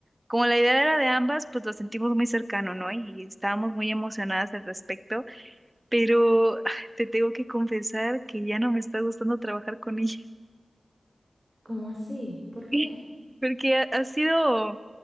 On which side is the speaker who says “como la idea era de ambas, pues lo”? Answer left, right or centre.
Right